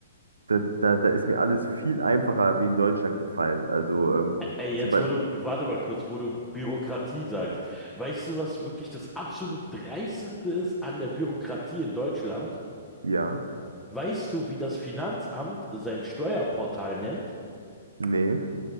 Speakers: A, on the right; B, in the centre.
A: da, da, da ist mir alles viel einfacher wie in Deutschland gefallen. Also ähm,
B: Ey, jetzt
A: zum Beispiel,
B: wo du, warte mal kurz, wo du Bürokratie sagst. Weißt du, was wirklich das absolut Dreisteste ist an der Bürokratie in Deutschland?
A: ja,
B: Weißt du, wie das Finanzamt sein Steuerportal nennt?
A: nee,